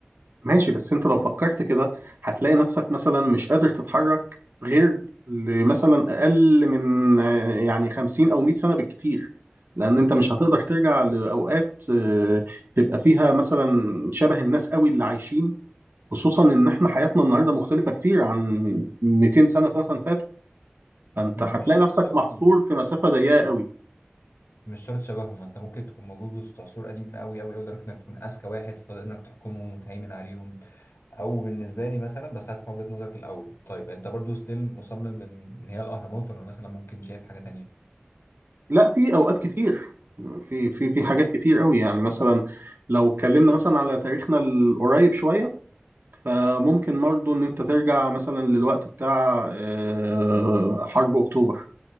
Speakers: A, on the right (about 65°); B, on the left (about 85°).
A: ماشي بس انت لو فكرت كده هتلاقي نفسك مثلا مش قادر تتحرك غير لمثلا اقل من آه، يعني 50 او 100 سنة بالكتير لان انت مش هتقدر ترجع لاوقات آه، تبقى فيها مثلا شبه الناس قوي اللي عايشين خصوصا ان احنا حياتنا النهارده مختلفة كتير عن 200 سنة مثلا فاتوا فانت
B: مش
A: هتلاقي
B: شرط
A: نفسك
B: شبههم
A: محصور في مسافة ضيقة قوي
B: مش شرط شبههم انت ممكن تكون موجود وسط عصور قديمه قوي قوي قوي لدرجه انك تكون اذكى واحد فاضل انك تحكمهم وتهيمن عليهم او بالنسبه لي مثلا بس هسمع وجهه نظرك الاول طيب انت برضو ستيل مصمم ان إن هي الاهرامات ولا مثلا ممكن شايف حاجه تانية
A: لا في اوقات كتير في في في حاجات كتير قوي يعني مثلا لو اتكلمنا مثلا على تاريخنا القريب شوية فممكن برضه إن أنت ترجع مثلا للوقت بتاع آه، حرب أكتوبر